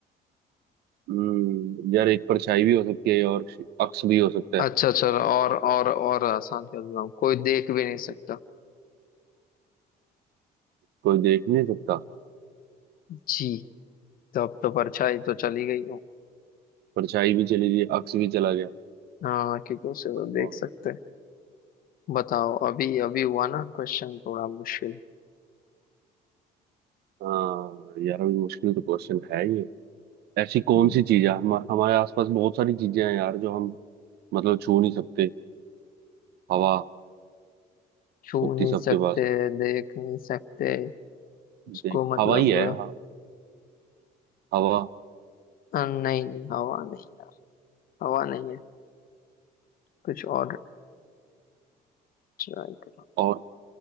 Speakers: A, on the right; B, on the left.
A: हम्म, यार एक परछाई भी हो सकती है और अक्स भी हो सकता है
B: अच्छा चलो और और और आसान कर देता हूँ कोई देख भी नहीं सकता
A: कोई देख नहीं सकता
B: जी तब तो परछाई तो चली गई हूँ
A: परछाई भी चली गई अक्स भी चला गया
B: हाँ क्योंकि उसे तो देख
A: और
B: सकते हैं। बताओ अभी अभी हुआ ना क्वेश्चन थोड़ा मुश्किल
A: हाँ यार अभी मुश्किल तो क्वेश्चन है ये ऐसी कौन
B: हम्म,
A: सी चीज है हम, हमारे आसपास बहुत सारी चीजें हैं यार जो हम मतलब छू नहीं सकते हवा
B: छू
A: होती
B: नहीं
A: सबके
B: सकते
A: पास है
B: देख नहीं सकते उसको
A: देख
B: मतलब
A: हवा ही है हाँ, हवा
B: अ, नहीं नहीं हवा नहीं यार हवा नहीं है कुछ और ट्राई करो
A: और